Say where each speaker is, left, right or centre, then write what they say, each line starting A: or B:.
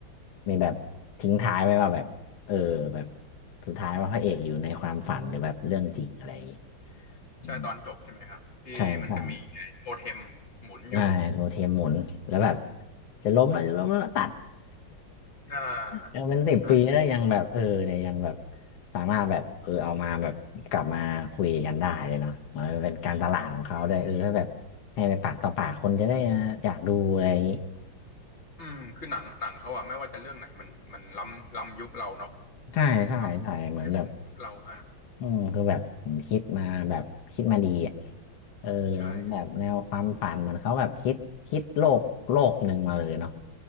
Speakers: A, on the left; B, on the left.
A: มีแบบทิ้งท้ายไว้ว่าแบบเออแบบสุดท้ายว่าพระเอกอยู่ในความฝันหรือแบบเรื่องจริงอะไรอย่างงี้อืม
B: ใช่ตอนจบใช่ไหมครับที่มันจะมีโทเทมหมุนอยู่
A: ใช่ใช่ ได้โรเทมหมุนแล้วแบบจะล้มแล้วจะล้มแล้วตัด
B: อ่าใช่ครับ
A: <laughs> ยังเป็นสิบปีแล้วยังแบบเออเนี่ยยังแบบสามารถแบบเออเอามาแบบกลับมาคุยกันได้เลยเนาะมันเป็นการตลาดของเขาด้วยเออให้แบบให้ไปปากต่อปากคนจะได้อยากดูอะไรอย่างนี้
B: ใช่คืออืมคือหนังหนังเขาอะไม่ว่าจะเรื่องไหนมันมันล้ำล้ำยุคเราเนาะ
A: ใช่ใช่ใช่เหมือนแบบ
B: ล้ำผู้ชมยุคเรามาก
A: อืมคือแบบผมคิดมาแบบคิดมาดีอ่ะเออ
B: ใช่ครับ
A: แบบแนวความฝันเหมือนเขาแบบคิดคิดโลกโลกหนึ่งมาเลยเนาะ